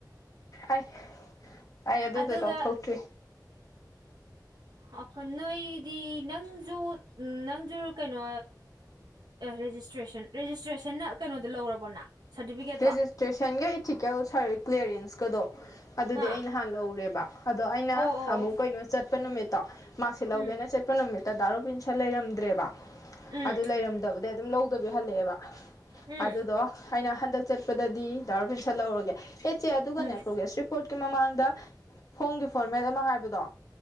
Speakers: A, on the left; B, on the right.
A: ꯑꯩ ꯑꯩ ꯑꯗꯨꯗꯣ
B: ꯑꯗꯨꯒ
A: ꯂꯧꯊꯣꯛꯇ꯭ꯔꯤ
B: ꯑꯣꯏ ꯅꯣꯏꯗꯤ ꯅꯪꯁꯨ ꯎ ꯅꯪꯁꯨ ꯀꯩꯅꯣ ꯔꯦꯖꯤꯁꯇ꯭ꯔꯦꯁꯟ ꯔꯦꯖꯤꯁꯇ꯭ꯔꯦꯁꯟꯅ ꯀꯩꯅꯣꯗ ꯂꯧꯔꯕꯣꯅ ꯁꯥꯔꯇꯤꯐꯤꯀꯦꯠꯇꯣ
A: ꯔꯦꯖꯤꯁꯇ꯭ꯔꯦꯁꯟꯒ ꯏꯊꯤꯀꯦꯜ ꯁꯥꯔ ꯀ꯭ꯂꯤꯌꯥꯔꯦꯟꯁꯀꯗꯣ ꯑꯗꯨꯗꯤ
B: ꯑꯥ
A: ꯑꯩ ꯅꯍꯥꯟ ꯂꯧꯔꯦꯕ ꯑꯗꯣ ꯑꯩꯅ
B: ꯑꯣ ꯑꯣ
A: ꯑꯃꯨꯛ
B: ꯑꯣ
A: ꯀꯩꯅꯣ ꯆꯠꯄ ꯅꯨꯃꯤꯠꯇꯣ ꯃꯥꯛꯁꯤꯠ ꯂꯧꯒꯦꯅ
B: ꯎꯝ
A: ꯆꯠꯄ ꯅꯨꯃꯤꯠꯇ ꯗꯥ ꯔꯣꯕꯤꯟꯁꯥꯟ ꯂꯩꯔꯝꯗ꯭ꯔꯦꯕ
B: ꯎꯝ
A: ꯑꯗꯨ ꯂꯩꯔꯝꯗꯕꯗꯩ ꯑꯗꯨꯝ ꯂꯧꯗꯕꯤ ꯍꯜꯂꯛꯑꯦꯕ
B: ꯎꯝ
A: ꯑꯗꯨꯗꯣ ꯑꯩꯅ ꯍꯟꯂꯛ ꯆꯠꯄꯗꯗꯤ ꯗꯥ ꯔꯣꯕꯤꯟꯁꯥꯟ ꯂꯧꯔꯒꯦ ꯑꯦ ꯆꯦ ꯑꯗꯨꯒꯅꯦ
B: ꯎꯝ
A: ꯄꯔꯣꯒ꯭ꯔꯦꯁ ꯔꯤꯄꯣꯔꯠ ꯒꯤ ꯃꯃꯥꯡꯗ ꯐꯣꯝ ꯒꯤ ꯐꯣꯔꯃꯦꯠ ꯑꯃꯥ ꯍꯥꯏꯕꯗꯣ